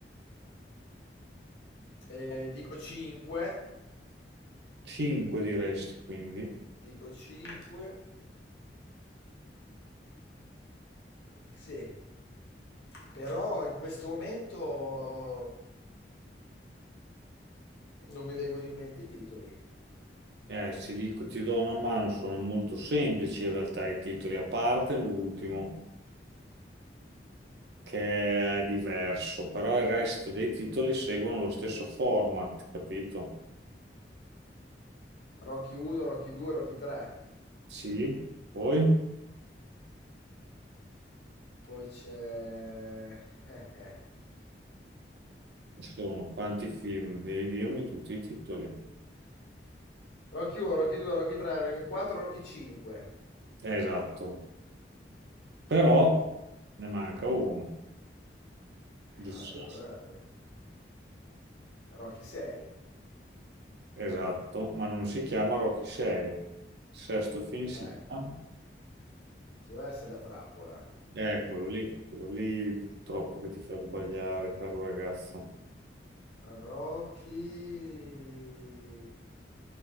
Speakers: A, on the left (about 75°); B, on the right (about 65°).
A: Eh, dico 5,
B: 5 diresti, quindi.
A: dico 5, sì. Però in questo momento non mi vengono in mente i titoli.
B: Eh, ti dico, ti do una mano, sono molto semplici in realtà i titoli, a parte l'ultimo, che è diverso, però il resto dei titoli seguono lo stesso format, capito?
A: Rocky 1, Rocky 2, Rocky 3.
B: Sì, poi
A: Poi c'è... eh, eh.
B: ci sono quanti film, devi dirmi tutti i titoli.
A: Rocky 1, Rocky 2, Rocky 3, Rocky 4, Rocky 5.
B: Esatto. Però ne manca uno. Gli Gli-
A: Ah,
B: sci.
A: eh, allora è la mia. Rocky 6.
B: Esatto, ma non si chiama Rocky 6. Il sesto film si
A: Ecco,
B: chiama...
A: ci deve essere la trappola.
B: Eccolo lì, quello lì purtroppo che ti fa sbagliare, caro ragazzo.
A: Rocky...